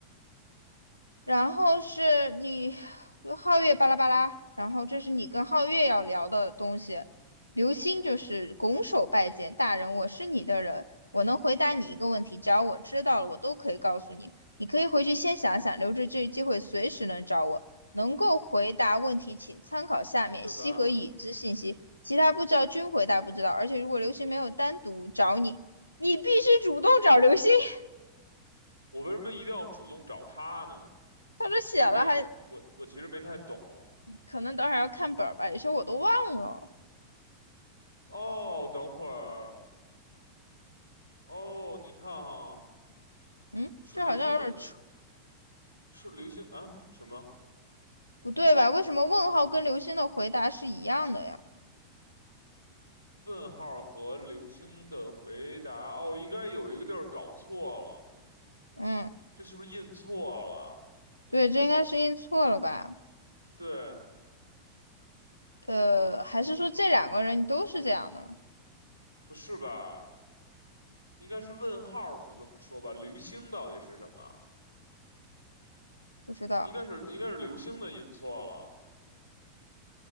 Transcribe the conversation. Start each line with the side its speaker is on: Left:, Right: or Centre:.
Left: 然后是你和皓月巴拉巴拉，然后这是你跟皓月要聊的东西。流星就是拱手拜见大人，我是你的人，我能回答你一个问题，只要我知道了，我都可以告诉你。你可以回去先想想，留着这个机会，随时能找我。能够回答问题，请参考下面西和已知信息，
Right: 对吧？
Left: 其他不知道均回答不知道。而且如果流星没有单独找你，你必须主动找流星。<laughs>
Right: 我为什么一定要主动找他呢？
Left: 他这写了还
Right: 我其实没，我我其实没太懂。
Left: 可能等会儿要看本儿吧，有些我都忘了。
Right: 哦，等会儿，哦，你看啊，
Left: 嗯，
Right: 是流星的，
Left: 这好像有点出
Right: 是流星啊？什么？
Left: 不对吧？为什么问号跟刘星的回答是一样的呀？
Right: 问号和流星的回答，哦，应该有一个地儿搞错了，
Left: 嗯，
Right: 这是不是印错了？
Left: 对，这应该是印错了吧？
Right: 对，
Left: 呃，还是说这两个人都是这样的？
Right: 不是吧？应该是问号是这么说吧？流星到底是什么？
Left: 不知道。
Right: 应该是应该是流星的印错了，